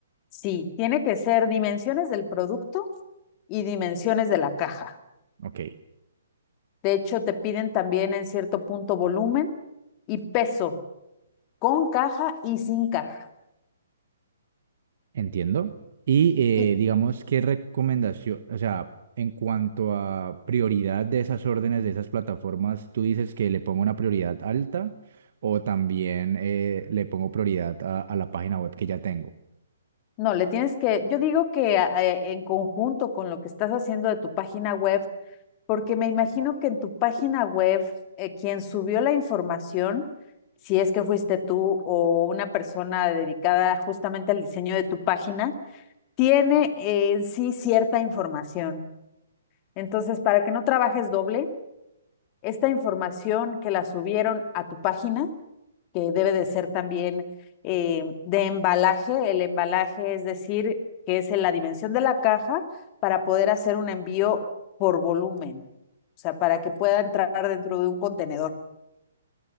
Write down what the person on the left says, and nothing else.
Sí, tiene que ser dimensiones del producto y dimensiones de la caja.
De hecho, te piden también en cierto punto volumen y peso, con caja y sin caja.
Y
no, le tienes que, yo digo que eh, en conjunto con lo que estás haciendo de tu página web, porque me imagino que en tu página web, eh, quien subió la información, si es que fuiste tú o una persona dedicada justamente al diseño de tu página, tiene eh, en sí cierta información. Entonces, para que no trabajes doble, esta información que la subieron a tu página, que debe de ser también eh, de embalaje, el embalaje es decir, que es en la dimensión de la caja para poder hacer un envío por volumen, o sea, para que pueda entrar dentro de un contenedor.